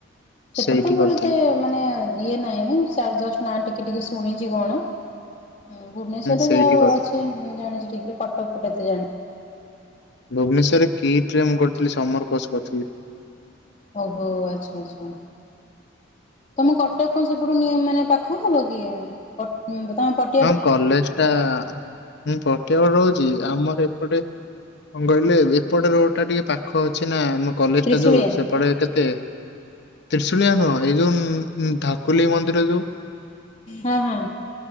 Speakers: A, on the left; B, on the left.
A: ସେପଟେ
B: ସେଇଠି
A: ତ ମୋର
B: କରିଥିଲୁ
A: ଏତେ ମାନେ ଇଏ ନାଇଁ ସାଡେ ଜଷ୍ଟ ନା ଟିକେ ଟିକେ ଶୁଣିଛି କଣ। ହୁଁ ଭୁବନେଶ୍ୱର ରେ
B: ସେଇଠି
A: ଯେ ଆଉ
B: କରିଥିଲି
A: ଅଛି ମୁଁ ଜାଣିଛି ଠିକ୍ ରେ କଟକ ପଟେ ଏତେ ଜାଣିନି।
B: ଭୁବନେଶ୍ଵରେ କିଟ୍ ରେ ମୁଁ କରିଥିଲି ସମର କୋର୍ସ କରିଥିଲି।
A: ଓହୋ ଆଚ୍ଛା ଆଚ୍ଛା। ତମକୁ କଟକ ସେପଟୁ ନିଅ ମାନେ ପାଖ ହବ କି କଟ୍ ମ ତମ ପଟ୍
B: ହଁ କଲେଜ ଟା ମୁଁ ପଟିଆ ପଟେ ରହୁଚି ଆମର ଏପଟେ କଂ କହିଲେ ଏପଟେ ରୋଡ ଟା ଟିକେ ପାଖ ଅଛି ନା ଆମ କଲେଜ
A: ତ୍ରିଶୁଳିଆ
B: ଟା ଯୋଉ ସେପଟେ କେତେ ତ୍ରିଶୁଳିଆ ନୁହଁ ଏଇ ଯୋଉ ଉଁ ଧାକୁଲେଇ ମନ୍ଦିର ଯୋଉ
A: ହଁ ହଁ।